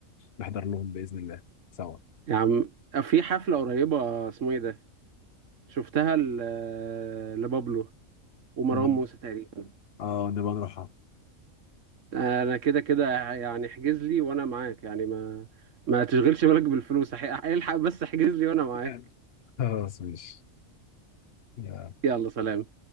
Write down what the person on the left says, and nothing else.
ونحضر لهم باذن الله سوا
نبقى
اه نبقى نروحها
<laughs> خلاص ماشي يا